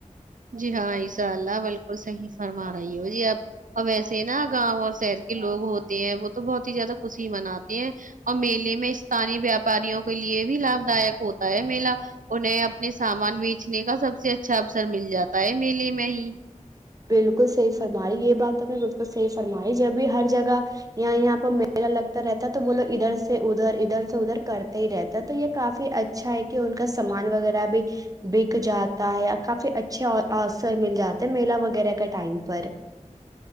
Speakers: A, on the right (about 80°); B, on the right (about 25°).
A: جی ہاں انشاء اللہ بالکل صحیح فرما رہی ہو جی اب اور ویسے نا گاؤں اور شہر کے لوگ ہوتے ہیں وہ تو بہت ہی زیادہ خوشی مناتے ہیں اور میلے میں استانی ویاپاریوں کے لیے بھی لابھ داک ہوتا ہے میلہ انہیں اپنے سامان بیچنے کا سب سے اچھا اسر مل جاتا ہے میلیے میں ہی
B: بالکل صحیح فرمائی یہ بات تو نے بالکل صحی فرمائی جب بھی ہر جگہ یہ یہاں پر میلہ لگتا رہتا ہے تو وہ لوگ ادھر سے ادھر ادھر سے ادھر کرتے ہی رہتا ہے تو یہ کافی اچھا ہے کہ ان کا سامان وغیرہ بھی بک جاتا ہے کافی اچھے اوسر مل جاتا ہے میلا وغہ وغیرہ کا ٹائم پر